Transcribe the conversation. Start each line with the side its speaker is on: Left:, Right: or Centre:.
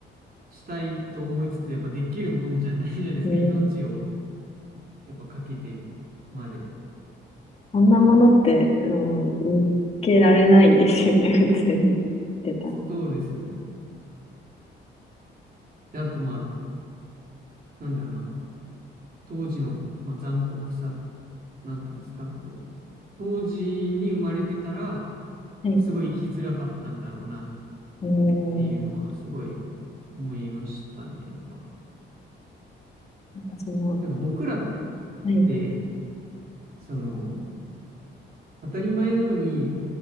Right: したいと思いつつ、やっぱできるもんじゃないじゃないですか。
Left: う
Right: 命をやっぱかけてまで。
Left: こんなものって、うん、見つけられないですよね、<laughs> 普通に言ってたら。
Right: そうですね。で、あとまあ、なんだろうな。当時の、まあ、残酷さ、なんていうんですか、こう、当時に生まれてたら、
Left: はい。
Right: すごい生きづらかったんだろうなっ
Left: うーん。
Right: ていうのは、すごい思いましたね、やっぱ。
Left: なんかその、
Right: なんか僕らっ
Left: はい、
Right: て、その、当たり前のように、